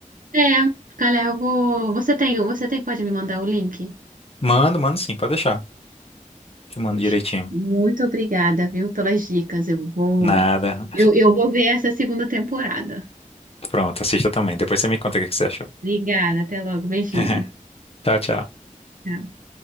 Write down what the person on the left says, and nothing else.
Mando, mando sim, pode deixar. Te mando
direitinho.
Nada.
Pronto, assista também. Depois você me conta o que que você achou.
<laughs> Tchau, tchau.